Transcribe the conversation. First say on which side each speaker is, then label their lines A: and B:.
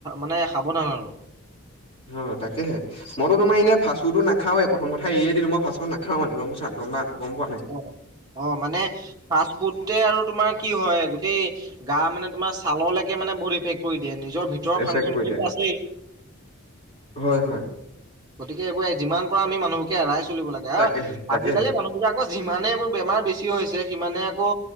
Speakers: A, on the right (about 15°); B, on the left (about 25°).
A: মানে সাৱধান আৰু।
B: <inaudible> অ, তাকেহে মইটো তোমাৰ এনে ফাষ্টফুডটো নাখাওঁৱে প্ৰথম কথা এৰিয়ে দিলোঁ মই ফাষ্টফুড নাখাওঁ মানে মই গম পাইছ নাই গম পা নাই? গম পোৱা
A: অ', অ', মানে ফাষ্ট ফুডতে আৰু তোমাৰ কি হয় গোটেই গা মানে তোমাৰ চাললৈকে মানে বহুত ইফেক্ট কৰি দিয়ে নিজৰ ভিতৰৰ
B: এচেক
A: ফাংচন
B: কৰি
A: খিনিতো
B: দিয়ে
A: আছেই।
B: হয় হয়
A: গতিকে এইবোৰে যিমান পাৰা আমি মানুহবুকে এৰাই চলিব লাগে
B: তাকেহে
A: অ,
B: তাকেহে
A: আজিকালি মানুহবিলাক আকৌ যিমানে এইবোৰ বেমাৰ বেছি হৈছে সিমানে আকৌ